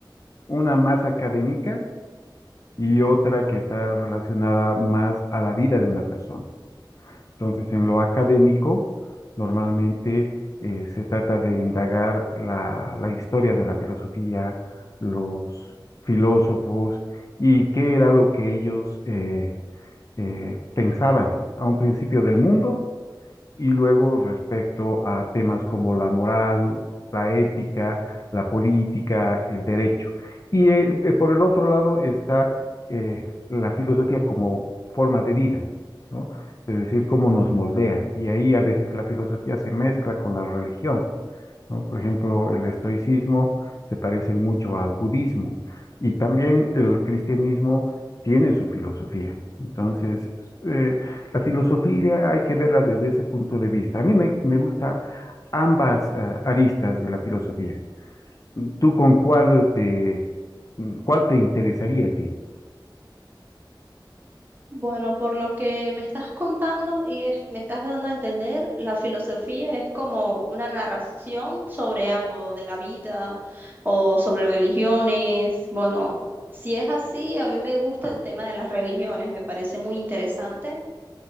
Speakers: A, on the left; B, on the right.
A: una más académica y otra que está relacionada más a la vida de una persona. Entonces, en lo académico, normalmente eh, se trata de indagar la, la historia de la filosofía, los filósofos y qué era lo que ellos eh, eh, pensaban a un principio del mundo y luego respecto a temas como la moral, la ética, la política, el derecho. Y eh, eh, por el otro lado está eh, la filosofía como forma de vida, ¿no? Es decir, cómo nos moldea. Y ahí a veces la filosofía se mezcla con la religión. ¿no? Por ejemplo, el estoicismo se parece mucho al budismo y también el cristianismo tiene su filosofía. Entonces, eh, la filosofía hay que verla desde ese punto de vista. A mí me, me gusta ambas ah, aristas de la filosofía. ¿Tú con cuál te, mm, cuál te interesaría a ti?
B: Bueno, por lo que me estás contando y es- me estás dando a entender, la filosofía es como una narración sobre algo de la vida o sobre religiones. Bueno, si es así, a mí me gusta el tema de las religiones, me parece muy interesante.